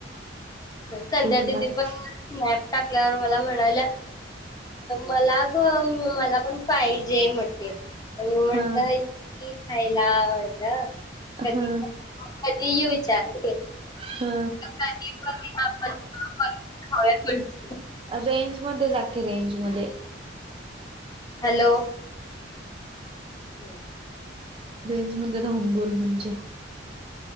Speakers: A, on the left; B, on the right.
A: संध्या
B: बिंदास
A: दिदी पण स्नॅप टाकल्यावर मला म्हणाल्या, मला ग मला पण पाहिजे म्हटले म्हटलं
B: हा.
A: की खायला आवडलं
B: हा
A: कधी पणं कधी येऊ विचारली.
B: हा
A: कधी पण, आपण पण खाऊया म्हंटल.
B: रेंज मध्ये जा कि, रेंज मधे.
A: हॅलो. हम्म.
B: रेंज मध्ये राहून बोल म्हणजे,